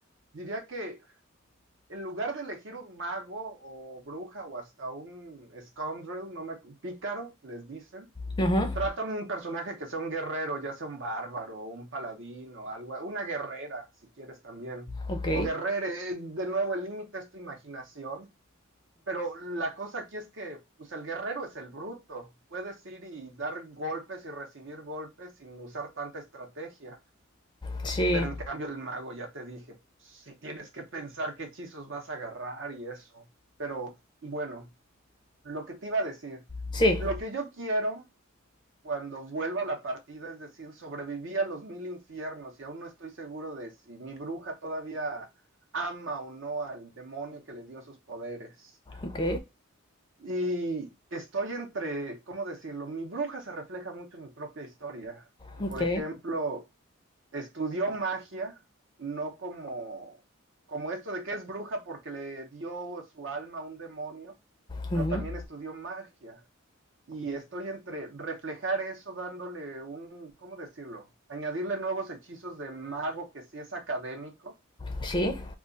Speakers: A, on the right; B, on the left.
A: diría que en lugar de elegir un mago o bruja o hasta un scoundrel, no me, acu- pícaro, les dicen,
B: Ajá,
A: Trata un personaje que sea un guerrero, ya sea un bárbaro, un paladín o algo, una guerrera, si quieres también.
B: ok.
A: O guerrere, eh, de nuevo, el límite es tu imaginación, pero la cosa aquí es que, pues el guerrero es el bruto. Puedes ir y dar golpes y recibir golpes sin usar tanta estrategia,
B: Sí,
A: pero en cambio el mago, ya te dije, si tienes que pensar qué hechizos vas a agarrar y eso. Pero bueno, lo que te iba a decir,
B: sí,
A: lo que yo quiero cuando vuelva a la partida, es decir, sobreviví a los mil infiernos y aún no estoy seguro de si mi bruja todavía ama o no al demonio que le dio sus poderes.
B: ok,
A: Y estoy entre, ¿cómo decirlo? Mi bruja se refleja mucho en mi propia historia. Y
B: ok.
A: por ejemplo, estudió magia, no como, como esto de que es bruja porque le dio su alma a un demonio,
B: ujú,
A: pero también estudió magia. Y estoy entre reflejar eso dándole un, ¿cómo decirlo? Añadirle nuevos hechizos de mago que sí es académico
B: Sí,